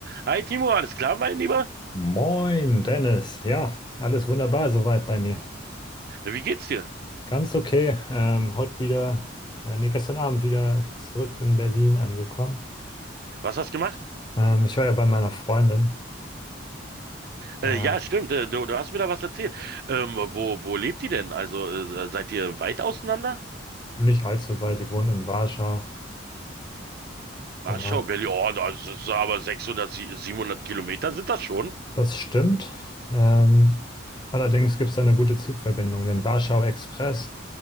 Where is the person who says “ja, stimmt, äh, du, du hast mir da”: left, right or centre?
Right